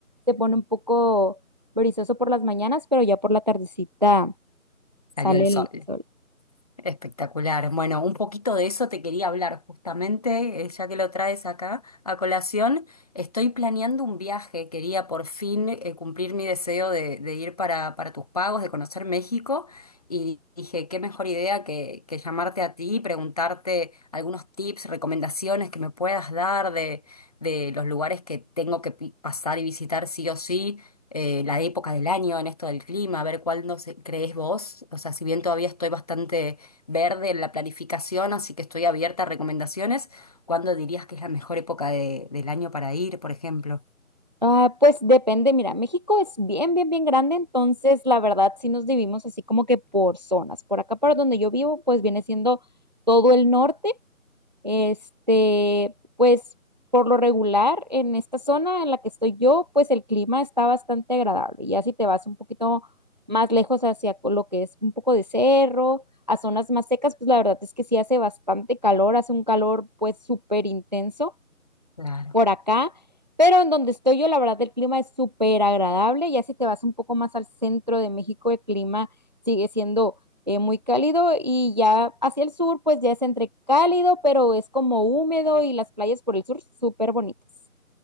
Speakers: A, on the right (about 30°); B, on the left (about 25°).
A: se pone un poco brisoso por las mañanas, pero ya por la tardecita sale
B: Salió el
A: el
B: sol.
A: sol.
B: Espectacular. Bueno, un poquito de eso te quería hablar justamente, eh, ya que lo traes acá a colación. Estoy planeando un viaje, quería por fin eh, cumplir mi deseo de, de ir para, para tus pagos, de conocer México, y dije, qué mejor idea que, que llamarte a ti y preguntarte algunos tips, recomendaciones que me puedas dar de, de los lugares que tengo que pi- pasar y visitar sí o sí eh, la época del año, en esto del clima, a ver cuándo se- crees vos. O sea, si bien todavía estoy bastante verde en la planificación, así que estoy abierta a recomendaciones. ¿Cuándo dirías que es la mejor época de- del año para ir, por ejemplo?
A: Ah, pues depende, mira, México es bien, bien, bien grande, entonces la verdad sí nos dividimos así como que por zonas. Por acá, por donde yo vivo, pues viene siendo todo el norte. Este, pues por lo regular, en esta zona en la que estoy yo, pues el clima está bastante agradable. Ya si te vas un poquito más lejos hacia co- lo que es un poco de cerro, a zonas más secas, pues la verdad es que sí hace bastante calor, hace un calor pues súper intenso
B: Claro.
A: por acá, pero en donde estoy yo, la verdad, el clima es súper agradable. Ya si te vas un poco más al centro de México, el clima sigue siendo eh, muy cálido y ya hacia el sur, pues ya es entre cálido, pero es como húmedo y las playas por el sur súper bonitas.